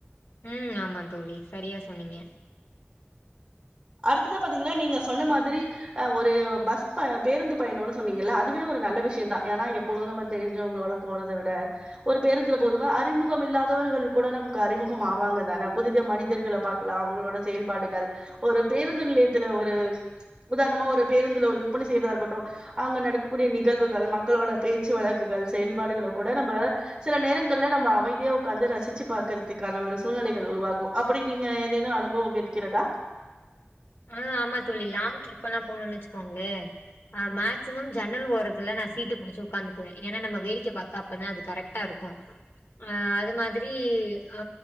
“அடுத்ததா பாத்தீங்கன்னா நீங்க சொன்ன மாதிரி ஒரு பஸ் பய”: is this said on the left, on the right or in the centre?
Right